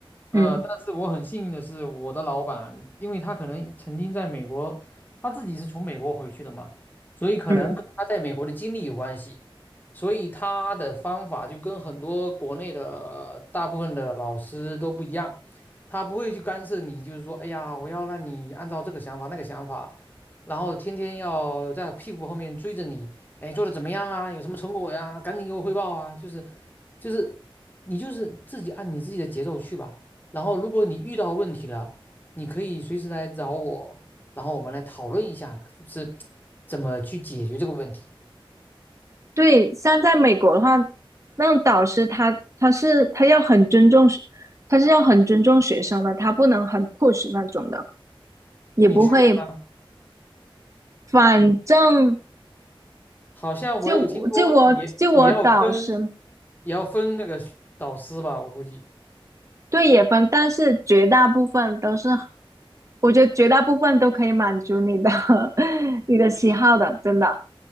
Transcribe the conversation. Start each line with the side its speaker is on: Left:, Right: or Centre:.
Left: 呃，
Right: 嗯
Left: 但是我很幸运的是，我的老板，因为他可能曾经在美国，他自己是从美国回去的嘛，所以可能跟他在美国的经历有关系，
Right: 嗯，
Left: 所以他的方法就跟很多国内的大部分的老师都不一样，他不会去干涉你，就是说，哎呀，我要让你按照这个想法那个想法，然后天天要在屁股后面追着你，哎，做的怎么样啊？有什么成果呀？赶紧给我汇报啊！就是，就是，你就是自己按你自己的节奏去吧。然后如果你遇到问题了，你可以随时来找我，然后我们来讨论一下是怎么去解决这个问题。
Right: 对，像在美国的话，那种导师他他是他要很尊重学，他是要很尊重学生的，他不能很 push 那种的，也不会，
Left: 你确定吗？
Right: 反正
Left: 好像我有听说也也要分，
Right: 就我就我就我导师
Left: 也要分那个导师吧，我估计。
Right: 对也分，但是绝大部分都是，我觉得绝大部分都可以满足你的 <laughs> 你的喜好的，真的，